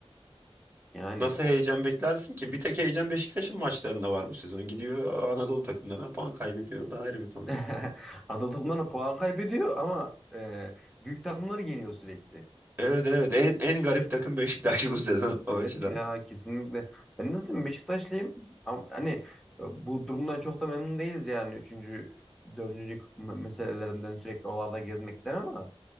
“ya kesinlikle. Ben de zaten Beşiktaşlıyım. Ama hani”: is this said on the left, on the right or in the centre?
Centre